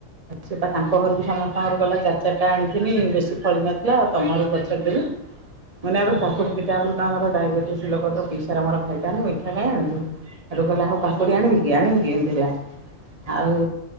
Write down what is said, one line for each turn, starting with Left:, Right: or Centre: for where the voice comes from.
Right: ସେ ତାଙ୍କ
Left: ହୁଁ
Right: ଘରକୁ ସମସ୍ତଙ୍କର ଗଲା ଚାରି ଚାରିଟା ଆଣିଥିଲି ବେଶୀ ଫଳି ନଥିଲା ଆଉ ତମ ଘରକୁ ପଛରେ ଦେବି ମାନେ ଏବେ କାକୁଡି
Left: ହୁଁ
Right: ଦିଟା ଆଣିନୁ ଆମର ଡାଇବେଟିସ୍ ଲୋକତ ପଇସାରେ ଆମର ଖାଇଥାନ୍ତୁ ମିଠା ଖାଇ ଆଣୁ ଆଉ କହିଲେ ଆଉ କାକୁଡି
Left: ହୁଁ
Right: ଆଣିବି କି? କି ଆଣିବି କି ଏନ୍ତି ହେଲା ଆଉ